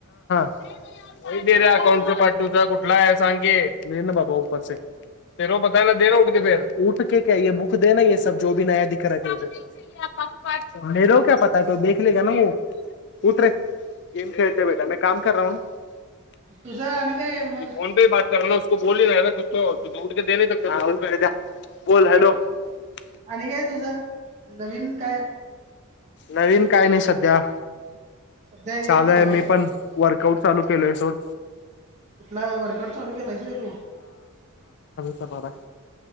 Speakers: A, on the left (about 55°); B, on the right (about 35°).
A: <unintelligible> <unintelligible>
B: तुझं आणि काय मग?
A: ये फोन पे ही बात <unintelligible>
B: आणि काय तुझं नवीन काय?
A: नवीन काय नाही सध्या.
B: सध्या हेच
A: चालुय
B: चालू आहे
A: मी
B: का
A: पण वर्कआउट चालू केलोय सोड.
B: कुठला वर्कआउट चालू केलायस व्हय तु?
A: बाबा